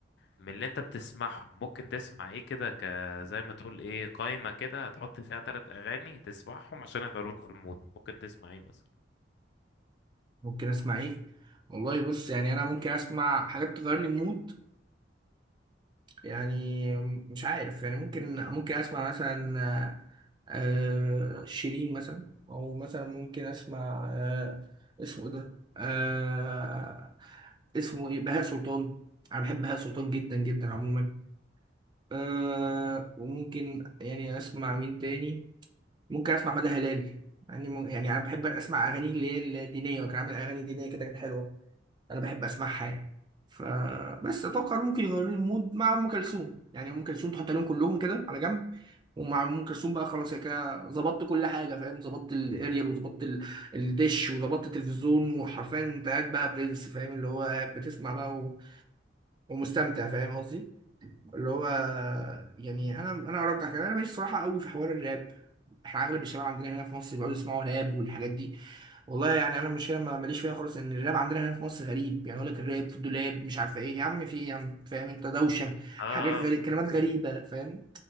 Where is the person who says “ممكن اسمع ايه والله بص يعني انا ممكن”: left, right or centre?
Right